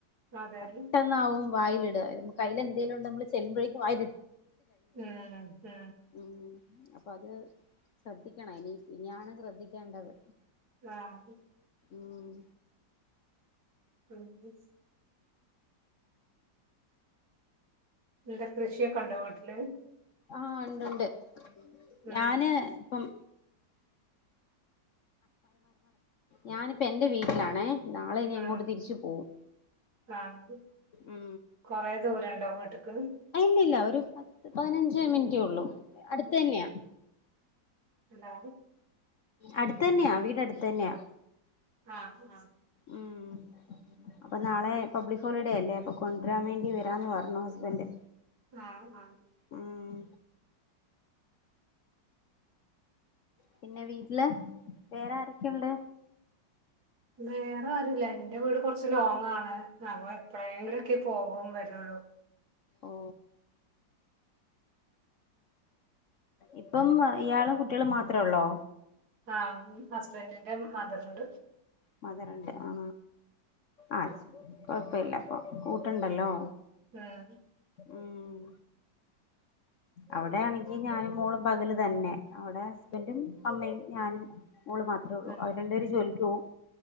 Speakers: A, on the right (about 60°); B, on the left (about 55°).
A: അതെ
B: പെട്ടെന്നാവും
A: ഉം
B: വായിലിടാ. കയ്യിലെന്തെലുണ്ടെ നമ്മള് ചെല്ലുമ്പഴേക്കും വായി
A: മ് മ്
B: ഉം അപ്പൊ അത് ശ്രദ്ധിക്കണം ഇനി ഇനിയാണ് ശ്രദ്ധിക്കേണ്ടത്.
A: ആഹ്
B: ഊം
A: മ് ല്ല കൃഷിയൊക്കെ ഉണ്ടോ വീട്ട്ല്?
B: ആഹ് ഉണ്ടുണ്ട്.
A: ഉം
B: ഞാന് ഇപ്പം ഞാനിപ്പൊ എന്റെ വീട്ടിലാണേ. നാളെ ഇനി അങ്ങോട്ട്
A: ഉം
B: തിരിച്ചു പോവും
A: ആഹ്
B: മ്
A: കൊറേ ദൂരണ്ടോ വീട്ട്ക്ക്
B: ഇല്ലില്ല ഒരു പത്ത് പതിനഞ്ച് മിനിറ്റെ ഉള്ളൂ അടുത്ത് തന്നെയാ
A: ഹലോ
B: അടുത്ത തന്നെയാ വീട് അടുത്ത് തന്നെയാ
A: ആഹ് ആഹ്
B: ഉം അപ്പൊ നാളെ പബ്ലിക് ഹോളിഡേ അല്ലേ അപ്പൊ കൊണ്ടുവരാൻ വേണ്ടി വരാന്ന് പറഞ്ഞു ഹസ്ബൻഡ്
A: ആഹ് ആഹ്
B: ഉം പിന്നെ വീട്ടില് വേറെ ആരൊക്കെ ക്കെണ്ട്
A: വേറെ ആരുല്ല എന്റെ വീട് കുറച്ച് ലോങ് ആണ് അപ്പൊ എപ്പോഴെങ്കിലുമൊക്കെ പോകും വരുള്ളൂ
B: ഓ ഇപ്പം ഇയാളും കുട്ടികളും മാത്രേ ഉള്ളോ?
A: ആഹ് ഹസ്ബൻഡിന്റെ മദറുണ്ട്
B: മതർണ്ട് ആ ആ കുഴപ്പല്ല ഇപ്പൊ കൂട്ടുണ്ടല്ലോ.
A: ഉം
B: ഉം അവിടെയാണെങ്കി ഞാനും മോളും പകല് തന്നെ അവിടെ ഹസ്ബൻന്റും അമ്മയും ഞാനും മോള് മാത്രേ ഉള്ളൂ
A: ഉം
B: അവര് രണ്ടേര് ജോലിക്കോവും.